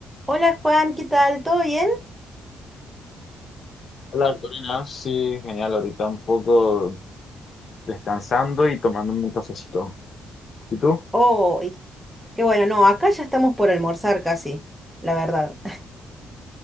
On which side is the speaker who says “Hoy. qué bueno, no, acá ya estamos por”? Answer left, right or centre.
Centre